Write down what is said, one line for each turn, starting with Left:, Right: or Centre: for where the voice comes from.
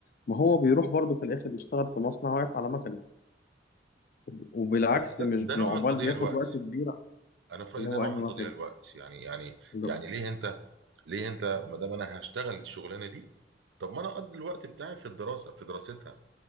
Left: ما هو بيروح برضه في الآخر يشتغل في مصنع واقف على مكنة وب- وبالعكس
Right: بس ده
Left: مش يعني
Right: ده نوع
Left: عقبال
Right: من تضييع
Left: بياخد
Right: الوقت
Left: وقت كبير
Right: انا في رايي
Left: اللي
Right: ده
Left: هو
Right: نوع
Left: أنهي
Right: من
Left: واحد
Right: تضييع الوقت يعني يعني
Left: اللي-
Right: يعني ليه انت ليه انت ما دام انا هشتغل الشغلانه دي طب ما انا اقضي الوقت بتاعي في الدراسه في دراستها